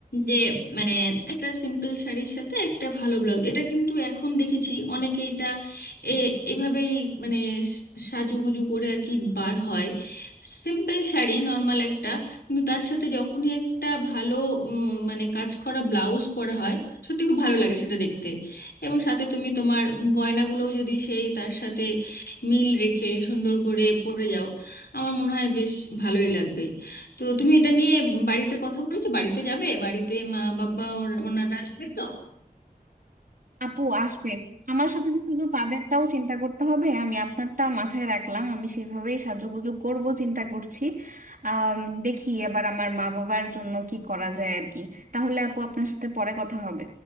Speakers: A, on the left; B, on the right.
A: যে মানে একটা সিম্পল শাড়ির সাথে একটা ভালো ব্লাউজ এটা কিন্তু এখন দেখেছি অনেকে এটা এ এভাবেই মানে স- সাজুগুজু করে আর কি বার হয় সিম্পল শাড়ি নর্মাল একটা কিন্তু তার সাথে যখনই একটা ভালো উম, মানে কাজ করা ব্লাউজ পরা হয় সত্যি খুব ভালো লাগে সেটা দেখতে এবং সাথে তুমি তোমার গয়নাগুলোও যদি সেই তার সাথে মিল রেখে সুন্দর করে পরে যাও আমার মনে হয় বেশ ভালোই লাগবে তো তুমি এটা নিয়ে বাড়িতে কথা বলেছো বাড়িতে যাবে বাড়িতে মা বাবা ওরা- ওনারা যাবে তো
B: আপু আসবে আমার সাথে সাথে তো তাদেরটাও চিন্তা করতে হবে আমি আপনারটা মাথায় রাখলাম আমি সেভাবেই সাজুগুজু করব চিন্তা করছি আম, দেখি এবার আমার মা বাবার জন্য কি করা যায় আর কি তাহলে আপু আপনার সাথে পরে কথা হবে